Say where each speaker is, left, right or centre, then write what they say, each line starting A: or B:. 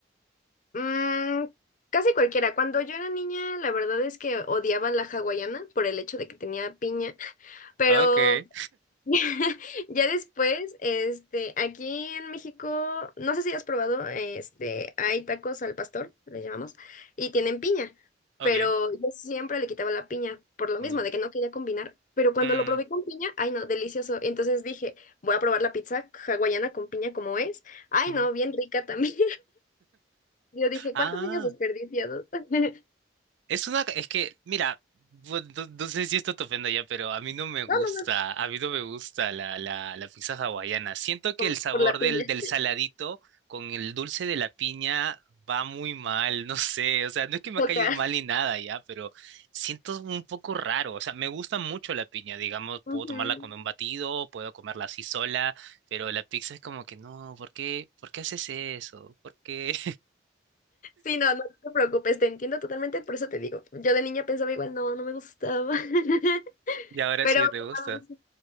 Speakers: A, on the left; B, on the right.
A: Mm, casi cualquiera. Cuando yo era niña, la verdad es que odiaba la hawaiana por el hecho de que tenía piña, <laughs> pero
B: Okay,
A: <laughs> ya después, este, aquí en México, no sé si has probado, este, hay tacos al pastor, le llamamos, y tienen piña,
B: okay,
A: pero yo siempre le quitaba la piña por lo mismo,
B: Mm,
A: de que no quería combinar. Pero cuando
B: mm,
A: lo probé con piña, ay no, delicioso. Entonces dije, voy a probar la pizza hawaiana con piña como es. Ay
B: mm.
A: no, bien rica también. Yo dije,
B: Ah,
A: ¿cuántos años desperdiciados? <laughs>
B: Es una, es que, mira, bu- no, no sé si esto te ofenda ya, pero a mí no me gusta,
A: No, no, no,
B: a mí no me gusta la, la, la pizza hawaiana. Siento que
A: con-
B: el sabor
A: por la piña,
B: del, del
A: te
B: saladito con el dulce de la piña va muy mal, no sé, o sea, no es que me
A: toca.
B: ha caído mal ni nada ya, pero siento un poco raro, o sea, me gusta mucho la piña, digamos, puedo
A: Ujú.
B: tomarla con un batido, puedo comerla así sola, pero la pizza es como que no, ¿por qué, por qué haces eso? ¿Por qué? <laughs>
A: Sí, no, no te preocupes, te entiendo totalmente, por eso te digo. Yo de niña pensaba igual, no, no me gustaba. <laughs>
B: Y ahora
A: Pero
B: sí te gusta.
A: um, sí,